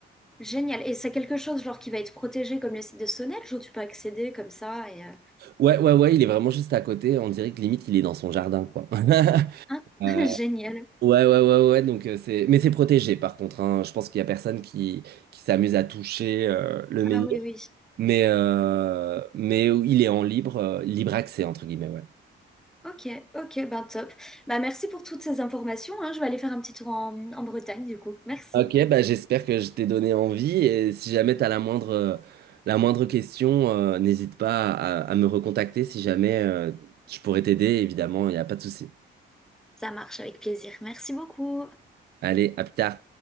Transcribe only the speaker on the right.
Ouais, ouais, ouais, il est vraiment juste à côté. On dirait que limite, il est dans son jardin, quoi. <laughs>
Euh,
ouais, ouais, ouais, ouais. Donc, euh, c'est... Mais c'est protégé, par contre. hein. Je pense qu'il y a personne qui, qui s'amuse à toucher euh, le menhir.
Mais, euh, mais il est en libre, euh, libre accès, entre guillemets, ouais.
Ok, bah j'espère que je t'ai donné envie et si jamais tu as la moindre, euh, la moindre question, euh, n'hésite pas à, à me recontacter si jamais euh, je pourrais t'aider, évidemment, il n'y a pas de souci.
Allez, à plus tard.